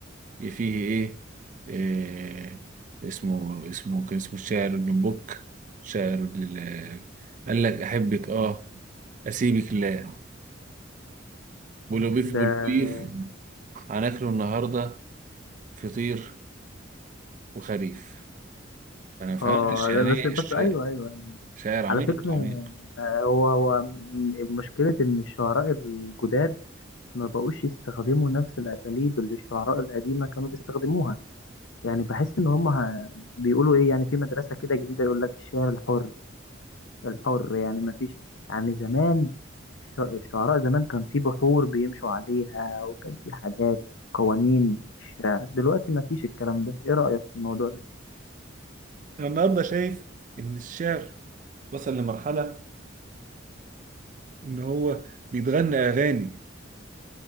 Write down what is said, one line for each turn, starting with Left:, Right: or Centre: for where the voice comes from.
Right: فيه إيه إيه اسمه اسمه كان اسمه الشاعر ابن بوك شاعر ال- قال لك أحبك آه أسيبك لا بلوبيف
Left: ده
Right: بلوبيف هناكله النهاردة فطير وخريف أنا ما فهمتش
Left: اه
Right: يعني
Left: ده بس
Right: إيه
Left: بس
Right: الش-
Left: ايوه ايوه أيوة.
Right: شاعر عميق
Left: على فكره
Right: عميق
Left: آه، هو هو م- مشكله ان الشعراء الجداد ما بقوش يستخدموا نفس الاساليب اللي الشعراء القديمه كانوا بيستخدموها يعني بحس ان هم ه- بيقولوا ايه يعني في مدرسه كده جديده يقول لك الشعر الحر الحر يعني ما فيش يعني زمان الش- الشعراء زمان كان في بحور بيمشوا عليها وكان في حاجات قوانين الشعر دلوقتي ما فيش الكلام ده ايه رايك في الموضوع ده
Right: أنا النهاردة شايف إن الشعر وصل لمرحلة إن هو بيتغنى أغاني